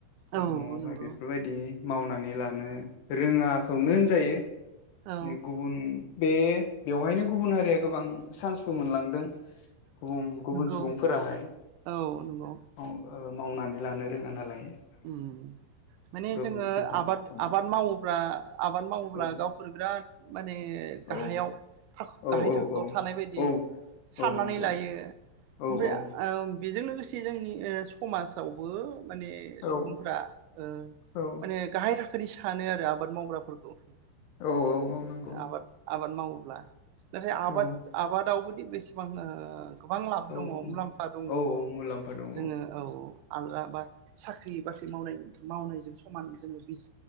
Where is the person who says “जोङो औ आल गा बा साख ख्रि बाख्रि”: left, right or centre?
Right